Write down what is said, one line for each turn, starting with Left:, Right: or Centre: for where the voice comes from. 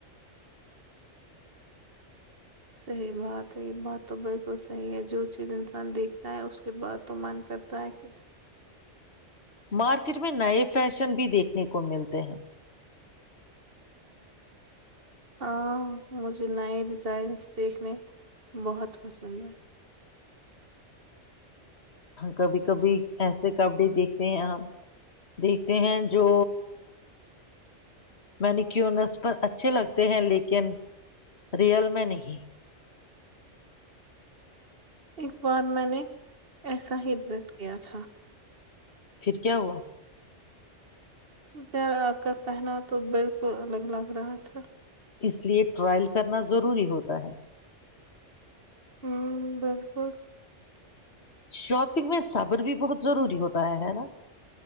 Right: صحیح بات ہے یہ بات تو بالکل صحیح ہے جو چیز انسان دیکھتا ہے اس کے بعد تو من کرتا ہے کہ
Left: مارکیٹ میں نئے فیشن بھی دیکھنے کو ملتے ہیں
Right: ہاں مجھے نئے ڈیزائنس دیکھنے بہت پسند ہیں
Left: کبھی کبھی ایسے کبڈی دیکھتے ہیں ہم دیکھتے ہیں جو میں نے کیونس پر اچھے لگتے ہیں لیکن ریئل میں نہیں
Right: ایک بار میں نے ایسا ہی ڈریس گیا تھا
Left: پھر کیا ہوا
Right: گھر آ کر پہنا تو بالکل الگ لگ رہا تھا
Left: اس لیے ٹرائل کرنا ضروری ہوتا ہے
Right: ہوں بالکل
Left: شاپنگ میں صابر بھی بہت ضروری ہوتا ہے ہے نا